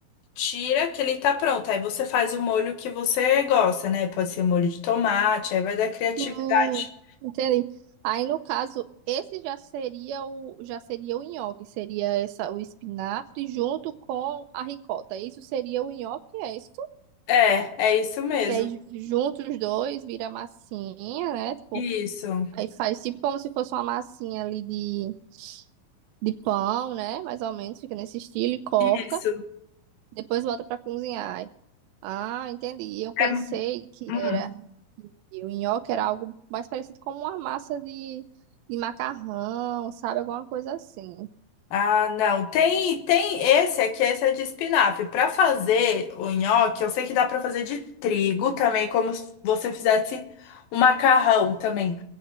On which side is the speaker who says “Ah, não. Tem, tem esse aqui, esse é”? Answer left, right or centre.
Left